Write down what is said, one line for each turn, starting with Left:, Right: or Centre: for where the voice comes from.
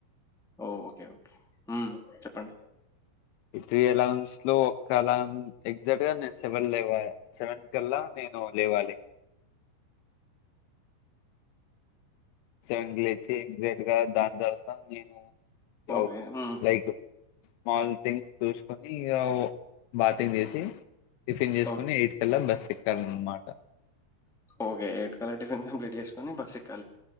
Centre: ఓ ఓకె ఓకే చెప్పండి
Left: ఈ త్రీ అలాార్మ్స్ లో ఒక్క అలమ్ ఎగ్జాక్ట్ గానే సెవెన్ లేవ సెవెన్ కల్ల నేను లేవాలి సెవెన్ కి లేచి ఎక్సాక్ట్ గా దర్సాన్ నేను
Centre: ఓకే.
Left: ఒ
Centre: హ్మ్.
Left: నైటు స్మాల్ థింగ్స్ చూసుకొని ఇగ బాతింగ్ చేసి టిఫిన్ చేస్కుని
Centre: ఓక్
Left: ఎయిట్ కలా బస్క్ డార్లింగ్ మాట
Centre: ఒకె ఏ యిట్ కల్ల టిఫన్ కంప్లీట్ చేేసుకని బస్క్